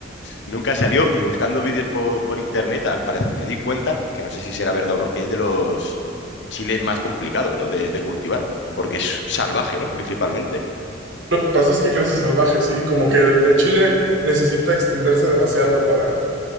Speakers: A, on the left (about 70°); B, on the right (about 80°).
A: nunca salió y buscando vídeos por, por internet, al parecer, me di cuenta, que no sé si será verdad o no, que es de los chiles más complicados, ¿no? De, de cultivar, porque es salvaje, ¿no? Principalmente.
B: Lo que pasa es que crece salvaje, sí, como
A: Mm.
B: que el, el chile necesita extenderse demasiado para,